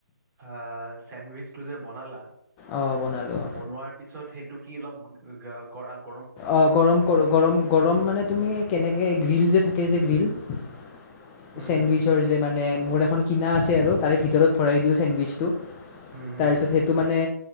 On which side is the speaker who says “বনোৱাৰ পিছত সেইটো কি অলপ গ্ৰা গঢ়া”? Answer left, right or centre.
Right